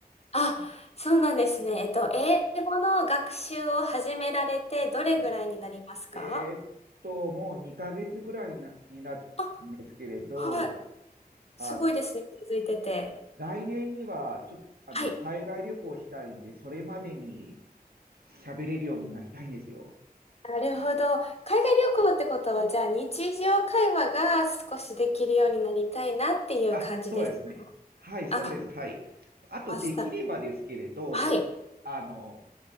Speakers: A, on the left; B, on the right.
A: あ、そうなんですね。えっと、英語の学習を始められて、どれぐらいになりますか
B: はい。えーっと、もう2ヶ月ぐらいな、になるんですけれど、
A: あ、はい。すごいですね。
B: あ、
A: 続いてて。
B: 来年にはちょっと、あの、
A: はい。
B: 海外旅行したいんで、それまでに喋れるようになりたいんですよ。
A: なるほど。海外旅行ってことは、じゃあ日常会話が少しできるようになりたいなっていう感じです。
B: あ、そうですね。はい、そうです。
A: あ、
B: はい。あと、
A: マスター。
B: できればですけれど、
A: はい。
B: あの、